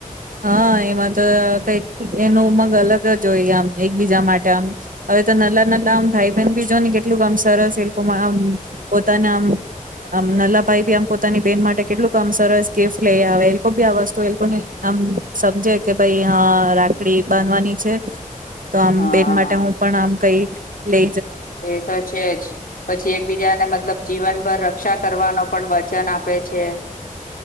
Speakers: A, on the right; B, on the left.
A: હા એમાં તો કઈક એનો ઉમંગ અલગ જ હોઈ, આમ એકબીજા માટે આમ હવે તો નલા નલા ભાઈ બહેન ભી જો ને, કેટલુંક કમ સરસ એ લોકો આમ પોતાના આમ આમ નલા ભાઈ બી આમ પોતાની બેહેન માટે કેટલુંક કમ સરસ ગિફ્ટ લઈ આવે, એ લોકો ભી આ વસ્તુ એ લોકોને આમ સમજે કે ભાઈ હા રાખડી બાંધવાની છે. તો આમ
B: હા
A: બેન માટે હું પણ આમ કઈ લે
B: એ તો છે જ પછી એકબીજાને મતલબ જીવનભર રક્ષા કરવાનો પણ વચન આપે છે.